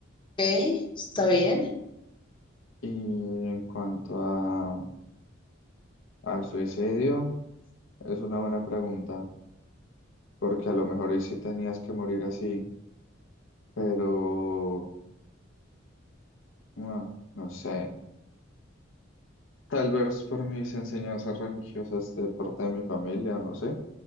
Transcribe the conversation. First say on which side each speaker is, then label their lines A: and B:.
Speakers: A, on the left (about 25°); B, on the left (about 75°).
A: ok, está bien.
B: Y en cuanto a, al suicidio, es una buena pregunta, porque a lo mejor y sí tenías que morir así, pero no, no sé. Tal vez por mis enseñanzas religiosas de parte de mi familia, no sé,